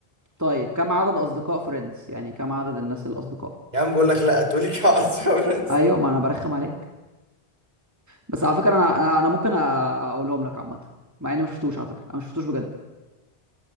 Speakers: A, on the right; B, on the right.
A: طيب كم عدد اصدقاء فريندز يعني كم عدد الناس الاصدقاء
B: يا عم بقول لك لا تقولي كعس يا برنس
A: ايوه ما انا برخم عليك بس على فكره انا انا أنا ممكن أ- اقولهم لك عامه مع اني ما شفتوش على فكره انا ما شفتوش بجد